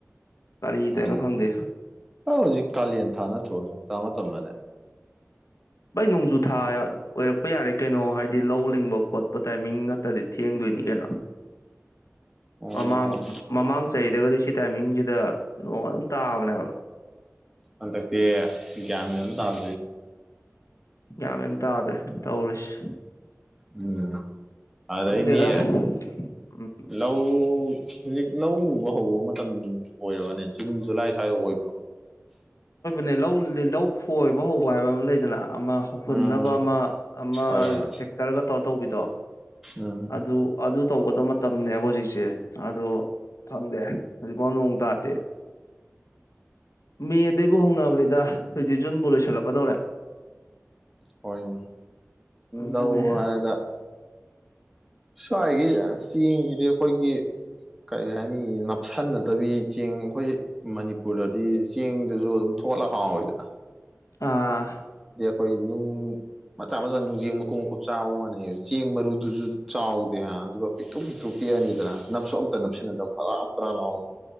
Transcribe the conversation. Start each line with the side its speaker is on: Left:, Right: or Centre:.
Left: ꯀꯔꯤ ꯇꯧꯔꯤꯅꯣ
Centre: ꯎ
Left: ꯈꯪꯗꯦ
Centre: ꯑ ꯍꯧꯖꯤꯛ ꯀꯥꯂꯦꯟ ꯊꯥ ꯅꯠꯇ꯭ꯔꯣ ꯅꯣꯡꯇꯥꯥ ꯃꯇꯝꯗꯅꯦ <unintelligible>
Left: ꯩ ꯅꯣꯡꯖꯨꯊꯥ ꯑꯣꯏꯔꯛꯄ ꯌꯥꯔꯦ ꯀꯩꯅꯣ ꯍꯥꯏꯗꯤ ꯂꯧ ꯂꯤꯡꯕ ꯈꯣꯠꯄ ꯇꯥꯏꯃꯤꯡ ꯅꯠꯇ꯭ꯔꯗꯤ ꯊꯦꯡꯗꯣꯏꯅꯤ ꯀ
Centre: ꯑꯣ
Left: ꯃꯃꯥꯡ ꯃꯃꯥꯡ ꯆꯍꯤꯗꯒꯗꯤ ꯁꯤ ꯇꯥꯏꯃꯤꯡꯁꯤꯗ ꯂꯣꯡ ꯑꯗꯨꯝ ꯇꯥꯕꯅꯦꯕ
Centre: ꯑꯗ ꯀ ꯒꯝꯅꯤ ꯇ ꯑꯥꯟ
Left: ꯌꯥꯝ ꯌꯥꯝ ꯇꯥꯗ꯭ꯔꯦ ꯇꯧꯔꯤꯁꯤ
Centre: ꯎꯝ ꯑꯗꯩꯗꯤ
Left: ꯈꯪꯗꯦꯗ ꯎꯝ
Centre: ꯂꯧ ꯍꯧꯖꯤꯛ ꯂꯧ ꯎꯕ ꯍꯧꯕ ꯃꯇꯝ ꯑꯣꯏꯔꯕꯅꯦ ꯖꯨꯟ ꯖꯨꯂꯥꯏ ꯁ꯭ꯋꯥꯏꯗ ꯑꯣꯏꯕ꯭ꯔꯣ
Left: ꯅꯦ ꯂꯧ ꯂꯧ ꯈꯣꯏꯕ ꯍꯧꯕ ꯍꯥꯏꯕ ꯑꯃ ꯂꯩꯗꯅ ꯑꯃ ꯍꯧꯐꯨꯟꯅꯕ
Centre: ꯎꯝ
Left: ꯑꯃ ꯑꯃ
Centre: ꯍꯣꯏ ꯍꯣꯏ
Left: ꯇꯦꯛꯇꯔꯒ ꯇꯧꯔ ꯇꯧꯕꯤꯗꯣ
Centre: ꯎꯝ
Left: ꯑꯗꯨ ꯑꯗꯨ ꯇꯧ ꯃꯇꯝꯅꯦꯕ ꯍꯧꯖꯤꯛꯁꯦ ꯑꯗꯣ ꯐꯪꯗꯦ ꯍꯧꯖꯤꯛꯐꯥꯎ ꯅꯣꯡ ꯇꯥꯗꯦ ꯃꯦ ꯑꯗꯩꯕꯨ ꯍꯧꯅꯕꯅꯤꯗ ꯍꯧꯖꯤꯛꯇꯛ ꯖꯨꯟꯕꯨ ꯂꯣꯏꯁꯤꯜꯂꯛꯀꯗꯧꯔꯦ
Centre: ꯍꯣꯏꯅꯦ
Left: ꯑꯗꯨꯅꯦ
Centre: ꯂꯧ ꯍꯥꯏꯔꯒ ꯁ꯭ꯋꯥꯏꯒꯤ ꯆꯦꯡꯁꯤꯗꯤ ꯑꯩꯈꯣꯏꯒꯤ ꯀꯔꯤ ꯍꯥꯏꯅꯤ ꯅꯞꯁꯟꯅꯗꯕꯤ ꯆꯦꯡ ꯑꯩꯈꯣꯏꯁ ꯃꯅꯤꯄꯨꯔꯗꯗꯤ ꯆꯦꯡꯗꯨꯁꯨ ꯑꯗꯨꯝ ꯊꯣꯛ ꯂ ꯍ ꯑꯣꯏꯗꯅ
Left: ꯑꯥ
Centre: ꯑꯩꯈꯣꯏ ꯅꯨꯡ ꯃꯆꯥ ꯃꯆꯥ ꯅꯨꯡꯖꯦꯡ ꯃꯀꯨꯞ ꯃꯀꯨꯞ ꯆꯥꯕ ꯃꯥꯟꯅꯩꯌꯦ ꯆꯦꯡ ꯃꯔꯨꯗꯨꯁꯨ ꯆꯥꯎꯗꯦ ꯑꯗꯨꯒ ꯄꯤꯊꯣꯛ ꯄꯤꯊꯣꯛ ꯦꯛ ꯑꯅꯤꯗꯅ ꯅꯞꯁꯣ ꯑꯝꯇ ꯅꯞꯁꯤꯟꯅꯗꯕ ꯄꯔꯥꯞ ꯄꯔꯥ ꯂꯥꯎꯑꯣ